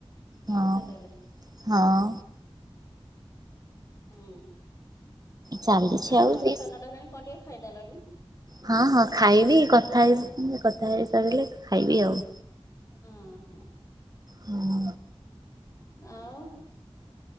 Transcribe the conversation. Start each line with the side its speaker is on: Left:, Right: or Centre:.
Left: ପଢୁଛ
Right: ହଁ
Left: ତାହେଲେ
Right: ହଁ
Left: ହୁଁ,
Right: ଚାଲିଛି
Left: ଆ
Right: ଆଉ
Left: ନଅଟା
Right: ରିସ୍
Left: ସାଢେ ନଅଟା ହେଲାଣି କଁ ଟିକେ ଖାଇଦେଲନି।
Right: ହଁ ହଁ ଖାଇବି କଥା ହେଇ କଥା ହେଇସାରିଲେ ଖାଇବି ଆଉ।
Left: ଉଁ ହୁଁ।
Right: ହୁଁ
Left: ଆଉ